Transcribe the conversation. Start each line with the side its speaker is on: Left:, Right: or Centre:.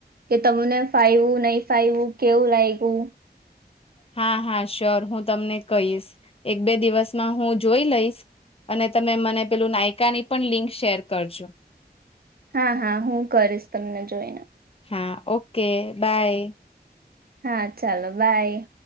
Right: કે તમને ફાઈવું, નહી ફાઈવું, કેવું લાઈગું?
Left: હા હા! શ્યોર. હું તમને કહીશ. એક બે દિવસમાં હું જોઈ લઈશ. અને તમે મને પેલું નાયકાની પણ લિંક શેર કરજો.
Right: હા હા, હું કરીશ તમને જોઈને.
Left: હા, ઓકે બાય.
Right: હા! ચાલો બાય.